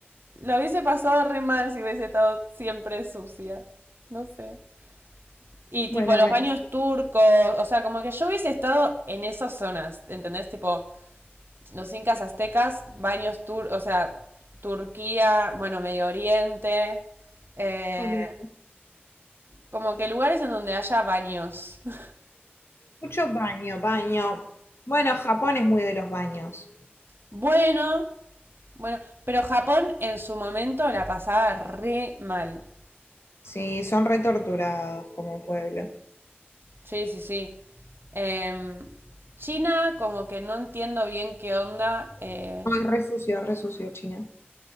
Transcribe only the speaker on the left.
Bueno,
mes.
Ok.
Mucho baño, baño. Bueno, Japón es muy de los baños.
Sí, son retorturados como pueblo.
No, es re sucio, re sucio China.